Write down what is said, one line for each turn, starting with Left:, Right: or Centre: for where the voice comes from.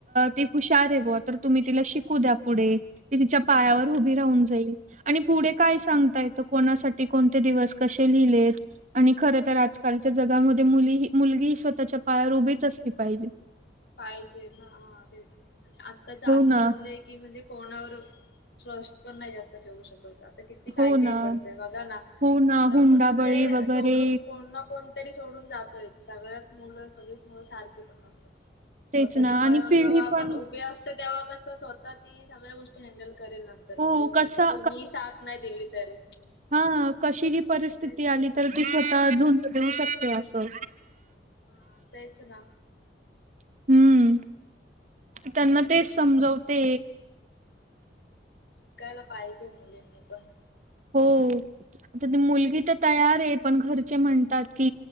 Right: ते हुशार आहे बुवा तर तुम्ही तिला शिकू द्या. पुढे ती तिच्या पायावर
Left: हा
Right: उभी राहून जाईल आणि पुढे काय सांगता येतं कोणासा ठी कोणते दिवस कसे लिहिलेत आणि खरं तर आजकालच्या जगामध्ये मुली म- मुलगी ही स्वतःच्या पायावर उभीच असली पाहिजे.
Left: पाहिजे ना, हां तेच आणि आत्ताचं
Right: हो
Left: असं
Right: ना
Left: चाललंय की म्हणजे कोणावर श्वास पण नाही जास्त ठेवू शकत आप किती
Right: हो
Left: काय काय
Right: ना
Left: घडतय बघा ना.
Right: हो ना
Left: नवरा
Right: हुंडा
Left: पण म्हणजे
Right: बळी वगैरे
Left: सोडून कोण ना कोणतरी सोडून जातोय. सगळ्याच मुलं सगळीच मुलं सारखी पण नसतात.
Right: तेच
Left: स्वतःच्या
Right: ना आणि
Left: पायावर
Right: पिढी
Left: जेव्हा आपण
Right: पण
Left: उभे असतोय तेव्हा कसं स्वतः ती सगळ्या गोष्टी हँडल करेल नंतर
Right: हो
Left: म्हणजे
Right: कसा
Left: कोणीही साथ नाही दिली तरी
Right: हां कशी ही परिस्थिती
Left: तेच ना
Right: आली तर ती स्वतः झुंज देऊ शकते असं.
Left: हा तेच ना. <inaudible>
Right: हम्म
Left: <inaudible>
Right: त्यांना
Left: मुलींनी
Right: तेच समजवते
Left: शिकायला पाहिजे मुलींनी पण.
Right: हो आता मुलगी तर तयार आहे पण घरचे म्हणतात की